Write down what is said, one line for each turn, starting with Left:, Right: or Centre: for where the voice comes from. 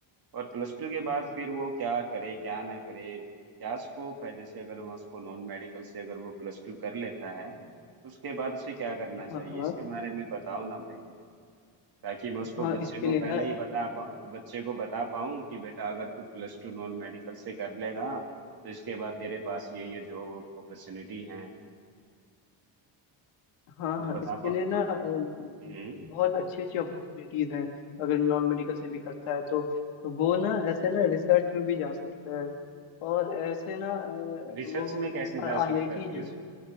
Right: और प्लस टू के बाद फिर वो क्या करे क्या ना करे क्या स्कोप है जैसे अगर मैं उसको नॉन मेडिकल से अगर वो प्लस टू कर लेता है तो उसके बाद उसे क्या करना चाहिए
Left: हाँ हाँ
Right: इसके बारे में बताओ ना भाई ताकि मैं उसको
Left: हाँ
Right: बच्चे
Left: इसके
Right: को
Left: लिए
Right: पहले
Left: ना
Right: ही बता पाऊँ बच्चे को बता पाऊँ कि बेटा अगर तू प्लस टू नॉन मेडिकल से कर लेगा तो इसके बाद तेरे पास ये ये जॉब अपॉर्चुनिटी है
Left: हाँ
Right: कुछ
Left: हाँ
Right: बता
Left: इसके
Right: पा
Left: लिए ना
Right: हाँ
Left: अम,
Right: हम्म
Left: बहुत अच्छी अच्छी अपॉर्चुनिटीज हैं अगर नॉन मेडिकल से भी करता है तो, तो वो ना ऐसे ना रिसर्च में भी जा सकता है और ऐसे ना अ,
Right: रिसर्च
Left: वो
Right: में कैसे जा
Left: आईआईटी
Right: सकता है प्लस
Left: जो है